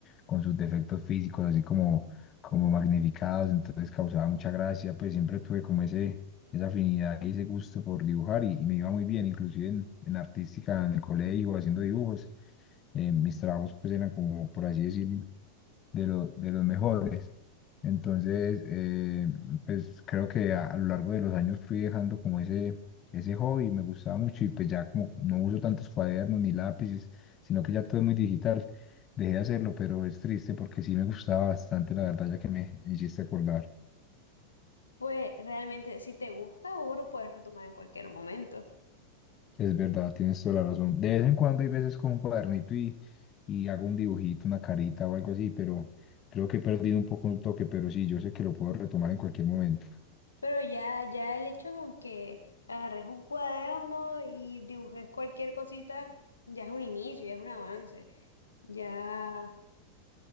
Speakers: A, on the left; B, on the left.
A: con sus defectos físicos, así como, como magnificados, entonces causaba mucha gracia, pues siempre tuve como ese, esa afinidad y ese gusto por dibujar y, y me iba muy bien, inclusive en, en artística, en el colegio, haciendo dibujos eh, mis trabajos pues eran como, por así decirlo, de, lo- de los mejores. Entonces, eh, pues creo que a, a lo largo de los años fui dejando como ese, ese hobby, me gustaba mucho y pues ya como no uso tantos cuadernos ni lápices, sino que ya todo es muy digital, dejé de hacerlo, pero es triste porque sí me gustaba bastante, la verdad, ya que me hiciste acordar.
B: Pues realmente si te gusta, vos lo puedes retomar en cualquier momento.
A: Es verdad, tienes toda la razón. De vez en cuando hay veces con un cuadernito y, y hago un dibujito, una carita o algo así, pero creo que he perdido un poco un toque, pero sí, yo sé que lo puedo retomar en cualquier momento.
B: Pero ya, ya el hecho con que agarres un cuaderno y dibujes cualquier cosita, ya es un inicio, ya es un avance. Ya.